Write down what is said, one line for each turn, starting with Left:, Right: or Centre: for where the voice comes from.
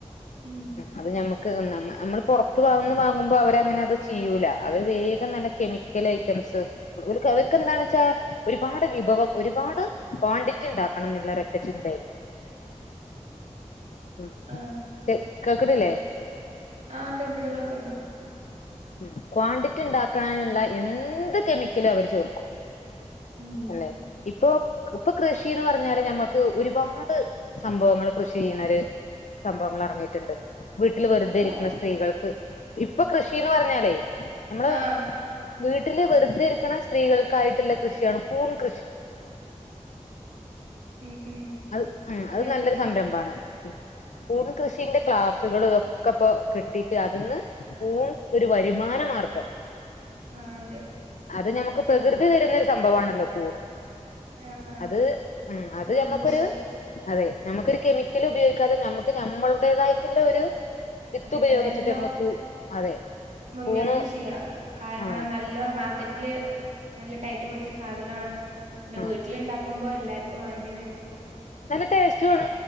Right: ഉം
Left: അത് ഞമ്മുക്ക് നമ നമ്മൾ പുറത്ത് വന്ന് വാങ്ങുമ്പോ അവരങ്ങനെ അത് ചെയ്യൂല അവര് വേഗം നല്ല കെമി ക്കല് ഐറ്റംസ് അവർക്ക് എന്താണ്‌ ച്ചാ ഒരുപാട് വിഭവം ഒരുപാട് ക്വാണ്ടിറ്റി ഉണ്ടാക്കണം എന്നുള്ളരൊറ്റ ചിന്തയായിരിക്കും ഉം
Right: ആഹ്
Left: കേ കേൾക്കണില്ലേ
Right: ആാണ്ട് ണ്ട് കേൾക്കണ്ട്
Left: ഉം ക്വാണ്ടിറ്റി ഇണ്ടാക്കാന്ള്ള എന്ത് കെമിക്കലും അവര് ചേർക്കും
Right: ഉം
Left: അല്ലെ ഇപ്പൊ ഇപ്പൊ കൃഷിന്ന് പറഞ്ഞാല് ഞമ്മക്ക് ഒരുപാട് സംഭവങ്ങൾ കൃഷി ചെയ്യുന്നര് സംഭവങ്ങൾ ഇറങ്ങിയിട്ടുണ്ട് വീട്ടിൽ വെറുതെ ഇരിക്ക്‌ന്ന
Right: ഏഹ്
Left: സ്ത്രീകൾക്ക് ഇപ്പൊ കൃഷിന്ന് പറഞ്ഞാലേ ഞമ്മള്
Right: ആഹ്
Left: വീട്ടില് വെറുതെ ഇരിക്ക്‌ണ സ്ത്രീകൾക്കായിട്ടുള്ള കൃഷിയാണ് കൂൺ കൃഷി
Right: ഉം ഉം
Left: അത് ഉം
Right: അതെ
Left: അത് നല്ലൊരു സംരംഭമാണ് ഉം കൂടു കൃഷിന്റെ ക്ലാസ്സുകൾ ഒക്കെ ഇപ്പോ കിട്ടിട്ട് അതിന്ന് കൂൺ ഒരു വരുമാന മാർഗം
Right: അതെ
Left: അത് ഞമുക്ക് പ്രകൃതി തരുന്ന ഒരു സംഭവമാണല്ലോ കൂൺ
Right: ആഹ് ആഹ്
Left: അത് ഉം അത്
Right: കൂൺ
Left: ഞമ്മക്കൊരു
Right: കൃഷി
Left: അതെ ഞമക്കൊരു കെമിക്കൽ ഉപയോഗിക്കാതെ ഞമ്മുക്ക് ഞമ്മളുടേതായിട്ടുള്ള ഒരു വിത്ത്
Right: അത്
Left: ഉപയോഗിച്ചിട്ട്
Right: നല്ലോ
Left: നമ്മക്ക് കൂ അതെ
Right: മുന്നോട്ട്
Left: കൂണ്
Right: ചെയ്യുക കാരണം
Left: ആഹ്
Right: നല് ലൊ മാർക്കറ്റില് നല്ല ടൈറ്റ് പിടിച്ച സാധനമാണ് പിന്നെ
Left: ആഹ്
Right: വീട്ടിലുണ്ടാക്കുമ്പോ എല്ലാവർക്കും വേണ്ടി വരും
Left: നല്ല ടേസ്റ്റുവാണ്‌